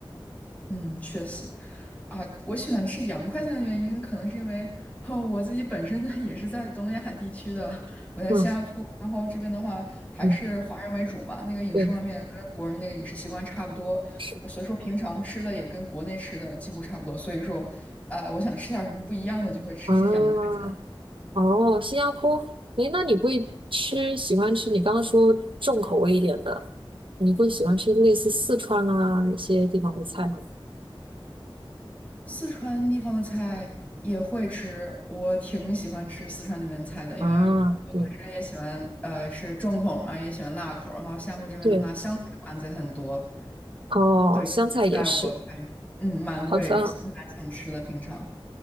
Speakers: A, on the left (about 15°); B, on the right (about 70°).
A: 嗯，确实。啊，我喜欢吃洋快餐的原因，可能是因为哦，我自己本身呢也是在东亚地区的，我在新加坡，
B: 嗯
A: 然后这边的话还是华人为主嘛，
B: 嗯，
A: 那个饮食方面跟国人那个饮食习惯差不多，
B: 对，是
A: 所以说平常吃的也跟国内吃的几乎差不多，所以说，啊，我想吃点儿什么不一样的，就会吃一些洋快餐。
B: 啊，哦，新加坡，诶，那你会吃喜欢吃你刚刚说重口味一点的，你会喜欢吃类似四川啊那些地方的菜吗？
A: 四川地方的菜也会吃，我挺喜欢吃四川那边菜的，因为我本身也喜欢，
B: 啊，对，
A: 呃，是重口嘛，也喜欢辣口。然后厦门这边的话，
B: 对，
A: 湘菜馆子也很多，
B: 哦，
A: 对，
B: 香菜也是，
A: 这些菜我还嗯蛮会蛮想吃的，
B: 好像
A: 平常。